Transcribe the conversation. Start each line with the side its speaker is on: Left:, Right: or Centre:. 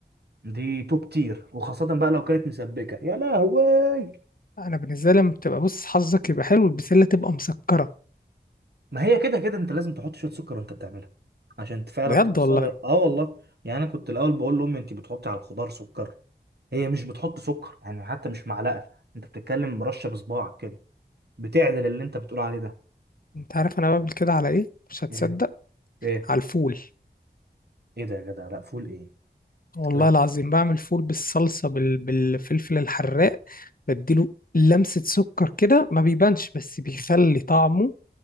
Right: دي توب تير وخاصة بقى لو كانت مسبكة يا لهوي
Left: أنا بالنسبة لي لما بتبقى بص حظك يبقى حلو البسلة تبقى مسكرة
Right: ما هي كده كده انت لازم تحط شوية سكر وانت بتعملها عشان ت- فعلا
Left: بجد
Right: توصلها
Left: والله
Right: اه والله يعني انا كنت الاول بقول لامي انت بتحطي على الخضار سكر هي مش بتحط سكر يعني حتى مش معلقة انت بتتكلم مرشة بصباعك كده بتعدل اللي انت بتقول عليه ده
Left: أنت عارف أنا بعمل كده على إيه؟ مش هتصدق
Right: ايه ايه
Left: على الفول
Right: ايه ده يا جدع لا فول ايه انت
Left: والله
Right: كده بت-
Left: العظيم بعمل فول بالصلصة بال... بالفلفل الحراق بديله لمسة سكر كده ما بيبانش بس بيخلي طعمه